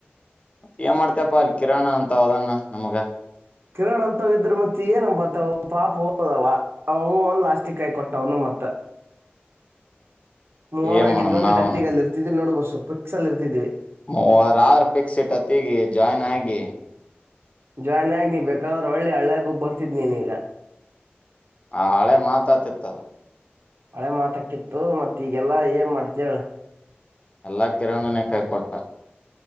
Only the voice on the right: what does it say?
ಕಿರಣ್ ಅಂತ ಇದಿದ್ರು ಮತ್ ತ್ ಏನು ಬತಾವ್ ಪಾಪ್ ಹೋದವ ಅವ ಹೂ ಅಂದ್ ಲಾಸ್ಟಿಕ್ ಕೈ ಕೊಟ್ಟ ಅವನು ಮತ್ತ. ಮೂವರ್
ಆಗಿದ್ವು
ಅಂದ್ರ್
ಇಟೋತ್ತಿಗ್ ಅಲ್ ಇರ್ತಿದ್ರಿ ನೋಡು ಬಸ್ ಸೊ ಪಿಕ್ಸ್ ಅಲ್ಲಿ ಇರ್ತಿದೀವಿ.
ಜಾಯ್ನ್ ಆಗ್ ನೀ ಬೇಕಾರ್ ಒಳ್ಳೆ ಹಳ್ಳೇ ಬುಕ್ ಬರ್ತಿದ್ ನಿನಿಗ.
ಹಳೆ ಮಾತಕ್ಕಿತ್ತು ಮತ್ತ ಈಗೆಲ್ಲಾ ಏನ್ ಮಾಡ್ತಿ ಹೇಳ.